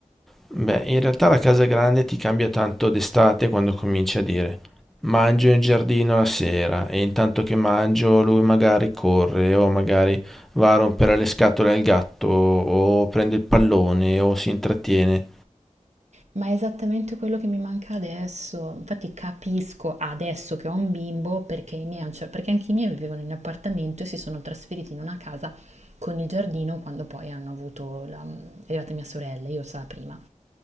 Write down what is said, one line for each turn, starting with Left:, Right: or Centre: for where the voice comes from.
Centre: Beh, in realtà la casa grande ti cambia tanto d'estate quando cominci a dire mangio in giardino la sera e intanto che mangio lui magari corre o magari va a rompere le scatole al gatto o prende il pallone o si intrattiene.
Right: Ma è esattamente quello che mi manca adesso. Infatti capisco adesso che ho un bimbo perché i miei, a un cer- perché anche i miei vivevano in appartamento e si sono trasferiti in una casa con il giardino quando poi hanno avuto la, è arrivata mia sorella, io stavo prima.